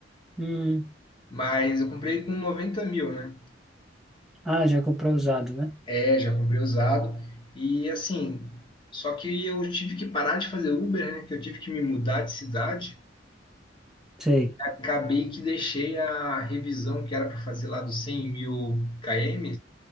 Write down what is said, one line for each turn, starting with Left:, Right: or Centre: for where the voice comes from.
Centre: Hum.
Left: Mas eu comprei com 90 mil, né?
Centre: Ah, já comprou usado, né?
Left: É, já comprei usado. E assim, só que eu tive que parar de fazer Uber, né? Que eu tive que me mudar de cidade.
Centre: Sei.
Left: Acabei que deixei a revisão que era para fazer lá dos 100 mil km.